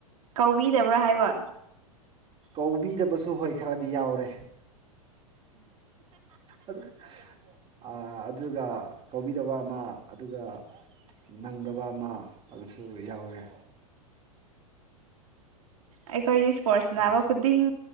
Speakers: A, on the right; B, on the right.
A: ꯀꯧꯕꯤꯗꯕ꯭ꯔꯥ ꯍꯥꯏꯕ
B: ꯀꯧꯕꯤꯗꯕꯁꯨ ꯍꯣꯏ ꯈꯔꯗꯤ ꯌꯥꯎꯔꯦ ꯑꯗꯨ ꯑꯥ ꯑꯗꯨꯒ ꯀꯧꯕꯤꯗꯕ ꯑꯃ ꯑꯗꯨꯒ ꯅꯪꯗꯕ ꯑꯃ ꯑꯗꯨꯁꯨ ꯌꯥꯎꯔꯦ
A: ꯑꯩꯈꯣꯏꯗꯤ ꯏꯁꯄꯣꯔꯠꯁ ꯁꯥꯅꯕ
B: ꯑꯗꯨꯒꯤꯁꯨ
A: ꯈꯨꯗꯤꯡ